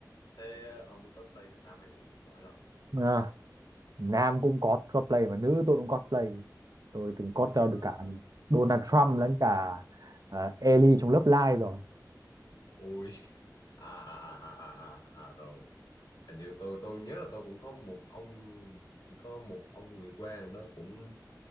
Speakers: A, on the left; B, on the right.
A: Thế ông cosplay thành nam hay nữ? Tôi hỏi thật.
B: À, nam cũng có cosplay mà nữ tôi cũng cosplay. Tôi từng cosplay
A: Ờ,
B: được cả Donald Trump
A: nữ.
B: lẫn cả à, Ellie trong Love Live rồi.
A: Ui, <laughs> à, à, à, à, à, à, à, rồi. Hình như tôi tôi nhớ là tôi cũng có một ông có một ông người quen đó cũng